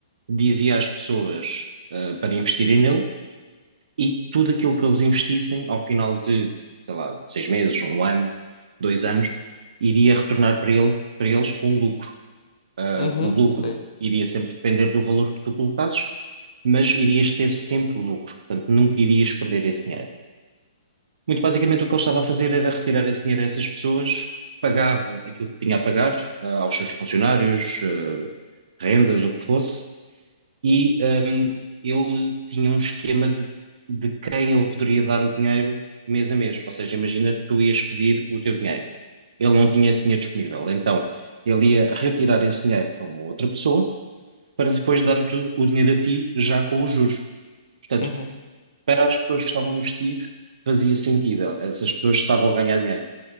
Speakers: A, on the right; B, on the left.
A: dizia às pessoas ah, para investirem nele e tudo aquilo que eles investissem ao final de, sei lá, seis meses, um ano, dois anos, iria retornar para ele, para eles com lucro. Ah,
B: uhum,
A: o lucro
B: sei.
A: iria sempre depender do valor que tu colocasses, mas irias ter sempre lucro, portanto, nunca irias perder esse dinheiro. Muito basicamente o que ele estava a fazer era retirar esse dinheiro a essas pessoas, pagava aquilo que tinha a pagar, ah, aos seus funcionários, ah, rendas, o que fosse, e hum, ele tinha um esquema de, de quem ele poderia dar o dinheiro mês a mês. Ou seja, imagina que tu ias pedir o teu dinheiro. Ele não tinha esse dinheiro disponível. Então, ele ia retirar esse dinheiro a uma outra pessoa para depois dar o, tu- o dinheiro a ti já com os juros. Portanto,
B: Uhum,
A: para as pessoas que estavam a investir, fazia sentido. Essas pessoas estavam a ganhar dinheiro.